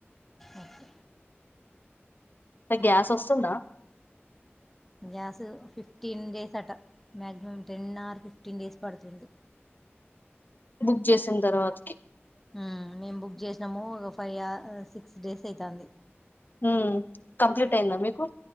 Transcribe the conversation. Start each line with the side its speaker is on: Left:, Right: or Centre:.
Centre: ఓకే
Left: గ్యాస్ వస్తుందా
Centre: గ్యాస్ ఫిఫ్టీన్ డేస్ అట maximum ten hour fifteen days పడుతుంది
Left: బుక్ చేసిన తర్వాతకి
Centre: హ్మ్ మేము బుక్ చేసినాము ఒక ఫైవ్ ఆ సిక్స్ డేస్ అయితాంది
Left: హ్మ్మ్ కంప్లీట్ అయిందా మీకు